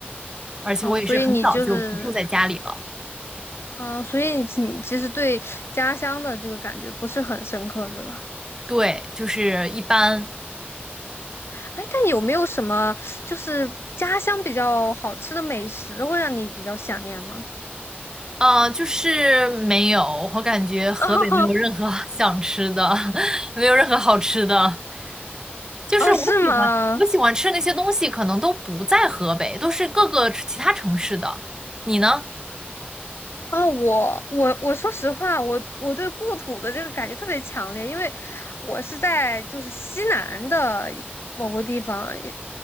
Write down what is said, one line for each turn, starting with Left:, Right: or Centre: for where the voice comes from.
Right: 而且我也是很早就不住在家里了，
Left: 哦，所以你就是，嗯、所以你其你其实对家乡的这个感觉不是很深刻，对吧？
Right: 对，就是一般
Left: 哎，但有没有什么就是家乡比较好吃的美食会让你比较想念吗？
Right: 呃，就是没有，我感觉河北没有任何
Left: <laughs>
Right: <laughs> 想吃的，<laughs> 没有任何好吃的。就是我喜欢我喜欢吃的那些东西，
Left: 哦，是吗？
Right: 可能都不在河北，都是各个其他城市的。你呢？
Left: 啊，我我我说实话，我我对故土的这个感觉特别强烈，因为我是在就是西南的一某个地方，你